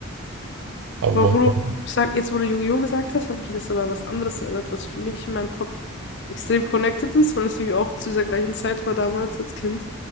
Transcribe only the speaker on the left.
Aber
wo du,
sag, jetzt wo du Yu-Gi-Oh! gesagt hast, hat mich das aber an was anderes erinnert, was für mich in meinem Kopf extrem connected ist, weil es irgendwie auch zu dieser gleichen Zeit war damals als Kind.